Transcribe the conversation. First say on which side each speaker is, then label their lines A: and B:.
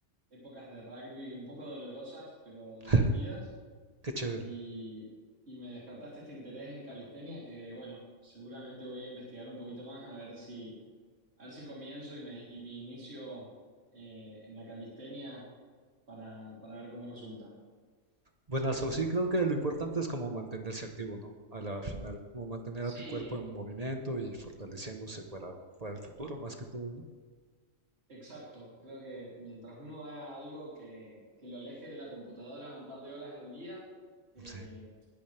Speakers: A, on the right; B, on the right.
A: épocas de rugby un poco dolorosas, pero divertidas.
B: <laughs> Qué chévere.
A: Y, y me despertaste este interés en calistenia que, bueno, seguramente voy a investigar un poquito más a ver si, a ver si comienzo y me, y me inicio eh, en la calistenia para, para ver cómo resulta.
B: Buenazo, sí creo que lo importante es como mantenerse activo, ¿no? A la final, como mantener
A: Sí,
B: a tu cuerpo en movimiento y fortaleciéndose para, para el futuro más que todo, ¿no?
A: exacto. Creo que mientras uno haga algo que, que lo aleje de la computadora un par de horas al día, eh,
B: <laughs> Sí,